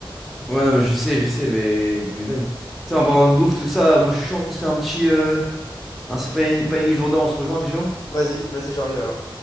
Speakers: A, in the centre; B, on the left (about 40°).
A: Ouais, non, mais je sais, je sais, mais tu m'étonnes. Tu sais, en parlant de bouffe, tout ça, moi je suis chaud, on se fait un petit. Euh, un c'est panini, panini Jourdain, on se rejoint, t'es chaud?
B: Vas-y, vas-y, j'arrive alors.